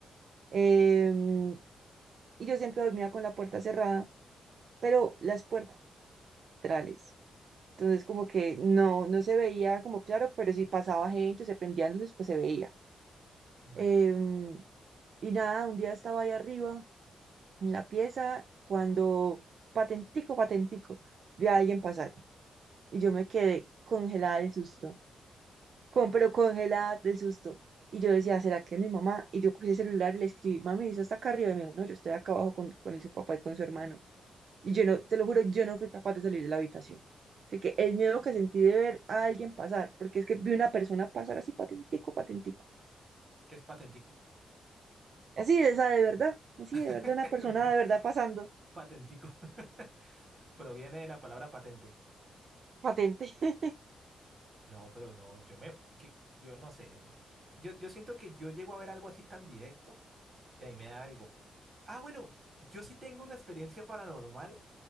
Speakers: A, on the right; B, on the right.
A: Em, y yo siempre dormía con la puerta cerrada, pero las puertas laterales. Entonces, como que no, no se veía como claro, pero si pasaba gente, o se prendían luces, pues se veía.
B: Ok.
A: Em, y nada, un día estaba ahí arriba en la pieza cuando patentico, patentico, vi a alguien pasar y yo me quedé congelada del susto, con, pero congelada del susto. Y yo decía, ¿será que es mi mamá? Y yo cogí el celular y le escribí, mami, ¿eso está acá arriba? Y me dijo, no, yo estoy acá abajo con, con el- su papá y con su hermano. Y yo no, te lo juro, yo no fui capaz de salir de la habitación. Así que el miedo que sentí de ver a alguien pasar, porque es que vi una persona pasar así patentico, patentico.
B: que es patentico.
A: Así de esa de verdad, así de
B: <laughs>
A: verdad, una persona
B: Pa-
A: de verdad pasando,
B: Patentico. <laughs> Proviene de la palabra patente.
A: patente. <laughs>
B: No, pero no, yo me, que- yo no sé. Yo, yo siento que yo llego a ver algo así tan directo y ahí me da algo. Ah, bueno, yo sí tengo una experiencia paranormal